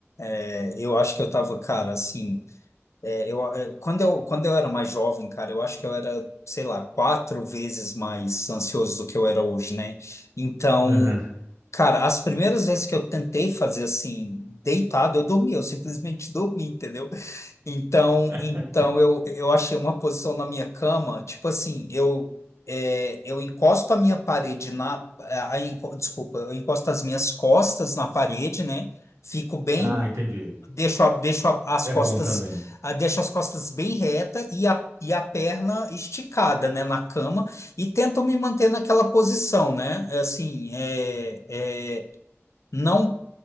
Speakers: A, on the left; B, on the right.
A: é, eu acho que eu tava, cara, assim, é, eu, é, quando eu, quando eu era mais jovem, cara, eu acho que eu era, sei lá, quatro vezes mais ansioso do que eu era hoje, né? Então,
B: Uhum.
A: Cara, as primeiras vezes que eu tentei fazer assim, deitado, eu dormi, eu simplesmente dormi, entendeu? Então,
B: <laughs>
A: então eu, eu achei uma posição na minha cama, tipo assim, eu é, eu encosto a minha parede na, a, a enco- desculpa, eu encosto as minhas costas na parede, né? Fico bem,
B: Ah, entendi.
A: deixo, a- deixo a- as
B: É
A: costas,
B: bom também.
A: ah, deixo as costas bem reta e a, e a perna esticada, né, na cama e tento me manter naquela posição, né? Assim, é, é, não